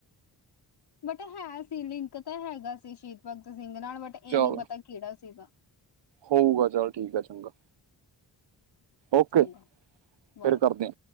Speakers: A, on the left (about 65°); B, on the right (about 80°).
A: ਬਟ ਹੈ ਸੀ ਲਿੰਕ ਤਾਂ ਹੈਗਾ ਸੀ ਸ਼ਹੀਦ ਭਗਤ ਸਿੰਘ ਨਾਲ, ਬਟ ਇਹ
B: ਚਲ
A: ਨੀ ਪਤਾ ਕਿਹੜਾ ਸੀਗਾ।
B: ਹੋਊਗਾ ਚੱਲ ਠੀਕ ਆ, ਚੰਗਾ। ਓਕੇ
A: ਚੰਗਾ, ਬਾ
B: ਫਿਰ
A: ਏ।
B: ਕਰਦੇ ਆ